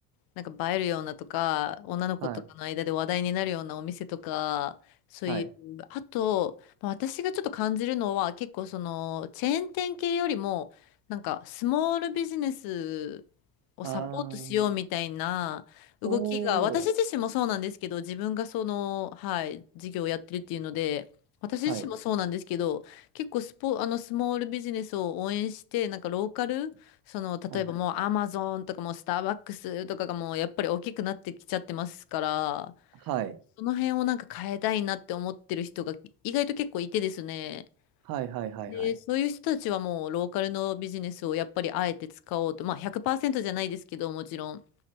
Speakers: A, on the left; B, on the right.
A: なんか映えるようなとか、女の子とかの間で話題になるようなお店とか、
B: はい。
A: そういう、
B: はい。
A: あと、まあ私がちょっと感じるのは、結構その、チェーン店系よりも、なんか、スモールビジネスをサポートしようみたいな動きが、
B: ああ、お
A: 私自身もそうなんですけど、
B: お、
A: 自分がその、はい、事業をやってるっていうので、私自身もそうなんですけど、
B: はい。
A: 結構スポ、あの、スモールビジネスを応援して、なんかローカルその、例えばもうアマゾンとかもうスターバックスとかがもうやっぱり大きくなってきちゃってますから、
B: はい。はい。
A: その辺をなんか変えたいなって思ってる人が意外と結構いてですね。
B: はい、はい、はい、
A: で、
B: はい。
A: そういう人たちはもうローカルのビジネスをやっぱりあえて使おうと、まあ100%じゃないですけどもちろん、